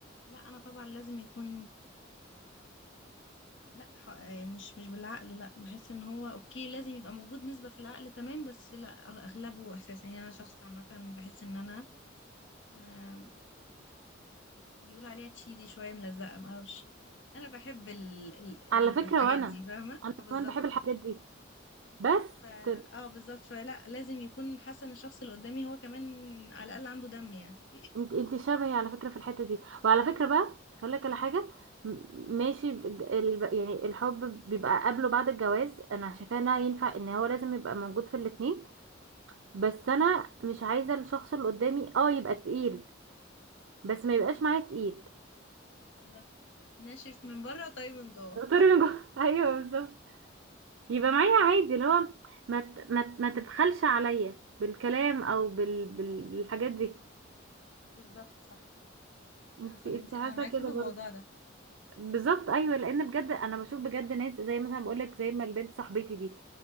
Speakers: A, on the left; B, on the right.
A: لا انا طبعا لازم يكون لا ح- آه، مش مش بالعقل لا بحس ان هو اوكي لازم يبقى موجود نسبة في العقل تمام بس لا اغلبه احساس يعني انا شخص عامة بحس ان انا آه، بيقولوا عليها تشيزي شوية ملزقة معرفش انا بحب ال ال
B: على
A: ال-
B: فكرة
A: الحاجات
B: وانا
A: دي فاهمة
B: انا
A: فبالظبط
B: كمان بحب الحاجات دي بس
A: ف اه
B: تبقى
A: بالظبط فلا لازم يكون حاسه ان الشخص اللي قدامي هو كمان على الاقل عنده دم يعني <laughs>
B: انت انت شبهي على فكرة في الحتة دي وعلى فكرة بقى هقول لك على حاجة م- ماشي ب- ال... يعني الحب بيبقى قبله بعد الجواز انا شايفاه انها ينفع ان هو لازم يبقى موجود في الاتنين بس انا مش عايزة الشخص اللي قدامي اه يبقى تقيل بس ما يبقاش معايا تقيل
A: بالظبط ناشف من بره طيب من جوه
B: طارق من جوه <laughs> ايوه بالظبط يبقى معايا عادي اللي هو ما ت... ما ت... ما تبخلش عليا بالكلام او بال... بال... بالحاجات دي
A: بالظبط صح
B: انت
A: لا صح
B: انت
A: انت
B: حاسة
A: انا معاكي
B: كده
A: في الموضوع
B: برضه
A: ده
B: بالظبط ايوه لان بجد انا بشوف بجد ناس زي مثلا بقول لك زي ما البنت صاحبتي دي